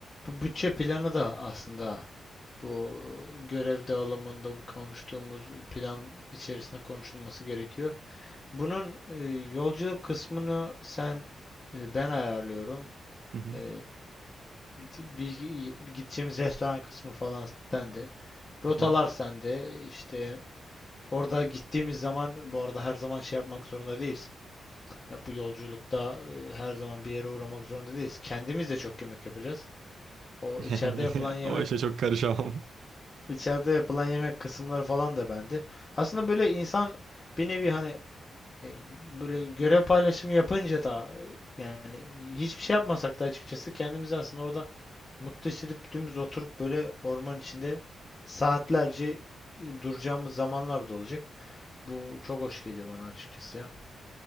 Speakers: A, on the left; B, on the right.
A: bu bütçe planı da aslında bu görev dağılımında bu konuştuğumuz plan içerisinde konuşulması gerekiyor. Bunun e, yolculuk kısmını sen e, ben ayarlıyorum.
B: Hı hı.
A: E, bir gideceğimiz restoran kısmı falan sende. Rotalar
B: hı hı.
A: sende, İşte. Orada gittiğimiz zaman bu arada her zaman şey yapmak zorunda değiliz. Hani bu yolculukta e, her zaman bir yere uğramak zorunda değiliz. Kendimiz de çok yemek yapacağız. O içeride
B: Yani
A: yapılan yemek,
B: <laughs> o işe çok karışamam.
A: içeride yapılan yemek kısımları falan da bende. Aslında böyle insan bir nevi hani e, böyle görev paylaşımı yapınca da e, yani hiçbir şey yapmasak da açıkçası kendimizi aslında orada mutlu hissedip dümdüz oturup böyle orman içinde saatlerce e, duracağımız zamanlar da olacak. Bu çok hoş geliyor bana açıkçası ya.